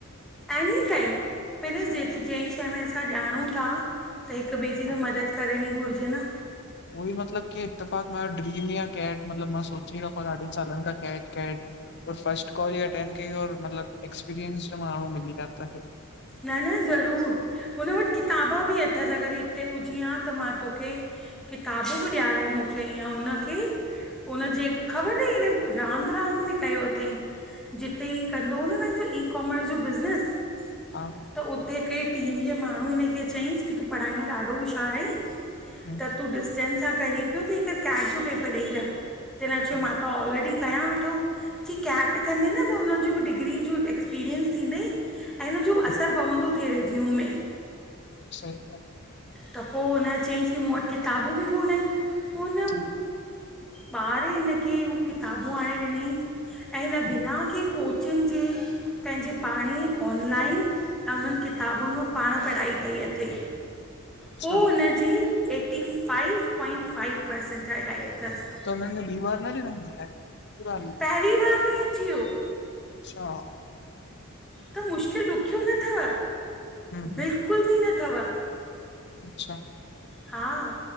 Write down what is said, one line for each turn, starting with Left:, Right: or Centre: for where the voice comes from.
Centre: एनी टाइम <unintelligible> जंहिं शइ में असां ॼाणूं था त हिक ॿिए जी
Left: हा
Centre: त मदद करणी घुरिजे न।
Left: उहो ही मतलब की इत्तिफ़ाक़ो ड्रीम ही आ कैट मतलब मां सोची रखी आहे ॾाढनि सालनि खां, कैट-कैट। ओर फर्स्ट कॉल ही अटेंड कई, और ऐं मतलब एक्सपीरियंस्ड माण्हू मिली वया।
Centre: न न ज़रूर हुन वटि किताबा बि अथसि अगर हिते हुजी हा त मां तोखे। किताबु बि ॾियारे मोकिलियई ऐं हुन खे हुननि जे ख़बर तई हिननि रांद रांद में कयो तईं जिथे ही कंदो हो न पंहिंजो ई कॉमर्स जो बिज़नेस
Left: हा
Centre: त उते हिकडे टीम जे माण्हू हिन खे चयईंसि की तूं पढ़ाई में ॾाढो होशियारु आहीं
Left: हम्म
Centre: त तूं डिस्टेंस सां करी पियो त हिक कैट जो पेपर ॾेई रख त हिन चयो
Left: हम्म
Centre: मां तां ऑलरेडी कयां वेठो चई कैट कदें त उनंजि डिग्री जो हिक एक्सपिरियन्स थींदु हुनजो भी
Left: हम्म,
Centre: असर पवंदो थिए रिज़्यूम में।
Left: सही गाल्हि आ।
Centre: त पो हुन चईंसि की मूं वट किताबूं बि कोंनन पो हुन
Left: हम्म
Centre: पाण हिन खे उ किताबूं आणे ॾिनई ऐं हिन बिना
Left: हम्म,
Centre: कहिं कोचिंग कोचिंग जे पंहिंजे पाण ही ऑनलाइन त उन्हनि किताबुनि मां पाण पढ़ाई कई अथई,
Left: अच्छा
Centre: पो हुन जी eighty five point five percent आयल तसि।
Left: त उन्हनि ॿी बार न ॾिॾउं, हिक बार ही?
Centre: पहिरीं बार में ही अची वियो।
Left: अच्छा!
Centre: त मुश्किल ॾुखियो न तव
Left: हम्म
Centre: बिल्कुल
Left: हम्म
Centre: बि न थव।
Left: अच्छा।
Centre: हां